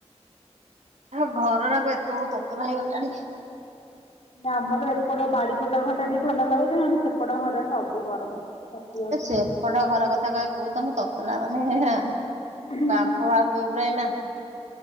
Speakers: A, on the right; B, on the left.
A: ଆ ଘରଟାକୁ ଏତେ ବେଳୁ ତତଲା ହେଇଗଲାଣି।
B: ଆମର ଏପଟ ବାଡ଼ିପଟ ଘରଟା ଟିକେ ଥଣ୍ଡା ଲାଗୁଛି, ନଲେ ସେପଟ ଘରରେ ସବୁ ଗରମ। ତାତି ଯାଉଛି
A: ଏ ସେପଟ
B: ଖାଲି
A: ଘର କଥା କାଇଁ କହୁଛ? ତମ ତତଲା ମାନେ ଆଁହାଁ।
B: ହୁଁମ୍।
A: <unintelligible> ପୁରା ଏଇନା